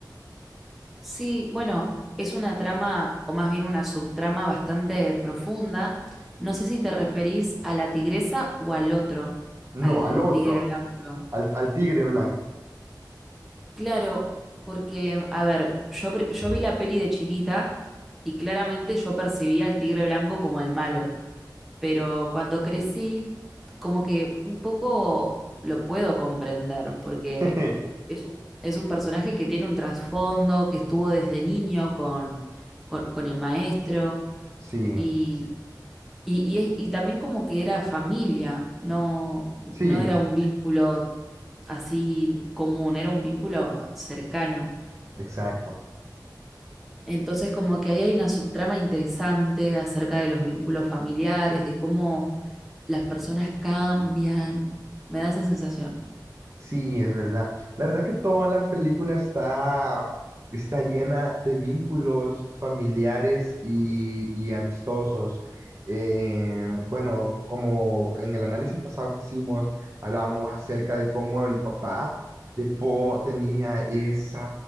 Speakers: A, in the centre; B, on the right.
A: Sí, bueno, es una trama, o más bien una subtrama bastante profunda. No sé si te referís a la tigresa o al otro,
B: No,
A: al
B: al otro,
A: tigre blanco.
B: al, al tigre blanco.
A: Claro, porque, a ver, yo, pre- yo vi la peli de chiquita y claramente yo percibía al tigre blanco como el malo pero cuando crecí, como que un poco lo puedo comprender, porque
B: <laughs>
A: es un, es un personaje que tiene un trasfondo, que estuvo desde niño con, con, con el maestro,
B: Sí,
A: y, y, y es- y también como que era familia, no,
B: sí,
A: no era un vínculo así común, era un vínculo cercano.
B: exacto.
A: Entonces, como que ahí hay una subtrama interesante acerca de los vínculos familiares, de cómo las personas cambian, me da esa sensación.
B: Sí, es verdad. La verdad que toda la película está, está llena de vínculos familiares y, y amistosos. Eh, bueno, como en el análisis pasado que hicimos, hablábamos acerca de cómo el papá de Po tenía esas